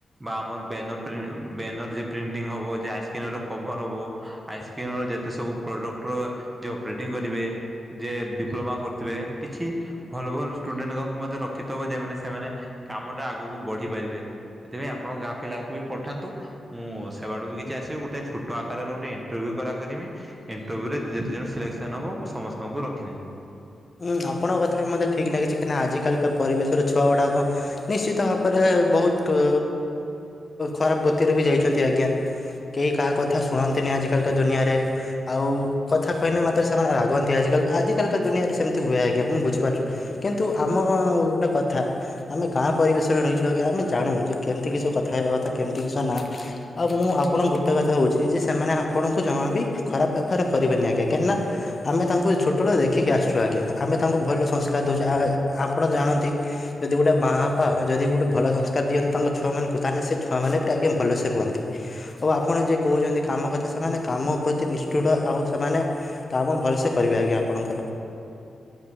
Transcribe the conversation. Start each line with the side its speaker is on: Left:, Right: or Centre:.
Right: ବା ଆମର ବାନ ପ୍ରି ବ୍ୟାନର ଯେ ପ୍ରିଣ୍ଟିଂ ହବ ଯେ ଆସ କେନ୍ ଗୋଟେ କଭର ହବ। ଆଇସ୍କ୍ରିମର ଯେତେ ସବୁ ପ୍ରଡକ୍ଟର ଯେ ଅପରେଟିଂ କରିବେ। ଯେ ଡିପ୍ଲୋମା କରିଥିବେ କିଛି ଭଲ ଭଲ ଷ୍ଟୁଡେଣ୍ଟ ମାନକୁ ମଧ୍ୟ ରଖିିଥବ ଯେମାନେ ସେମାନେ କାମ ଟା ଆଗକୁ ବଢି ପାରିବେ। ସେଥିପାଇଁ ଆପଣଙ୍କ ଗାଁ ପିଲାକୁ ବି ପଠାନ୍ତୁ ମୁଁ ସେବାଡୁ ବି କିଛି ଯେ ଆସିବେ ଗୋଟେ ଛୋଟ ଆକାରରେ ଗୋଟେ ଇଣ୍ଟରଭିୟୁ କରା କରିମି ଇଣ୍ଟରଭ୍ୟୁ ରେ ଯେତେ ଜଣ ସିଲେକ୍ସନ ହେବ ମୁଁ ସମସ୍ତଙ୍କୁ ରଖିିନେବି।
Left: ଉଁ ଆପଣଙ୍କ କଥା ବି ମୋତେ ଠିକ ଲାଗିଛି। କାହିଁକିନା ଆଜିକାଲିକା ପରିବେଶରେ ଛୁଆ ଗୁଡ଼ାକ ନିଶ୍ଚିତ ଭାବରେ ବହୁତ ଖରାପ ଗତିରେ ବି ଯାଇଛନ୍ତି ଆଜ୍ଞା। କେହି କାହା କଥା ଶୁଣନ୍ତିନି ଆଜିକାଲିିକା ଦୁନିଆରେ। ଆଉ କଥା କହିଲେ ମାତ୍ରେ ସେମାନେ ରାଗନ୍ତି ଆଜିକାଲି ଆଜିକାଲିକା ଦୁନିଆରେ। ସେମତି ହୁଏ ଆଜ୍ଞା ମୁଁ ବୁଝିପାରୁଛି କିନ୍ତୁ ଆମ ଗୋଟେ କଥା ଆମେ ଗାଁ ପରିବେଶରେ ରହିଛୁ ଆମେ ଜାଣୁ ଯେ କେମିତି କିଛି କଥା ହେବା କଥା କେମିତି କିଛି ନା ଆଉ ମୁଁ ଆପଣଙ୍କୁ ଗୋଟେ କଥା କହୁଛି ଯେ ସେମାନେ ଆପଣଙ୍କୁ ଜମା ବି ଖରାପ ବ୍ୟବହାର କରିବେନି ଆଜ୍ଞା କାହିଁକିନା ଆମେ ତାଙ୍କୁ ଛୋଟବେଳୁ ଦେଖିକି ଆସୁଛୁ। ଛୁ ଆଜ୍ଞା ଆମେ ତାଙ୍କୁ ଭଲ ସଂସ୍କାର ଦେଉଛୁ ଆପଣ ଜାଣନ୍ତି ଯଦି ଗୋଟେ ମା ବାପା ଯଦି ଗୋଟେ ଭଲ ସଂସ୍କାର ଦିଅନ୍ତି ତାଙ୍କ ଛୁଆ ମାନଙ୍କୁ ତାହେଲେ ସେ ଛୁଆ ମାନ ବି ଆଜ୍ଞା ଭଲସେ ରୁହନ୍ତି। ଆଉ ଆପଣ ଯୋଉ କହୁଛନ୍ତି କାମ କଥା ସେମାନେ କାମ ପ୍ରତି ନିଷ୍ଠୁର ଆଉ ସେମାନେ ତ ଆ ଭଲସେ କରିବି ଆଜ୍ଞା ଆପଣଙ୍କର।